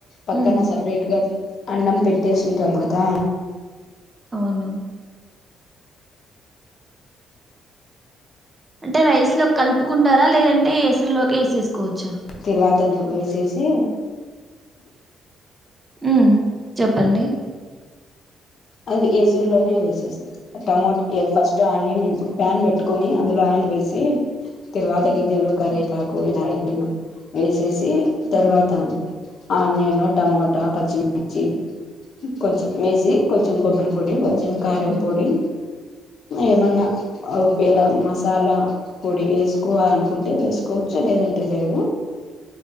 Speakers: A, on the left (about 55°); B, on the right (about 20°).
A: పక్కన
B: ఉమ్,
A: సపరేట్ గా అన్నం పెట్టేస్తుంటాం గదా
B: అవును అంటే రైస్ లో కలుపుకుంటారా లేదంటే ఎసరులోకి వేసేసుకోవచ్చు
A: తెరువాత లుగు వేసేసి
B: ఉమ్ చెప్పండి
A: అది ఏసురులోనే వేసేసయ్ టమోట ఫస్ట్ ఆనియన్ ప ప్యాన్ పెట్టుకని అందులో ఆని వేసి తరువాత గిజలు కర్వేపాకు ఇలా ఏదైన వేసేసి తర్వాత ఆనియన్ టమోటా పచ్చిమిర్చి కొంచెం వేసి కొంచెం కొబ్బరి పొడి కొంచెం కారం పొడి ఏమన్నా ఒకేలా మసాలా పొడి వేసుకోవాలి అనుకుంటే వేసుకోవచ్చు లేదంటే లేదు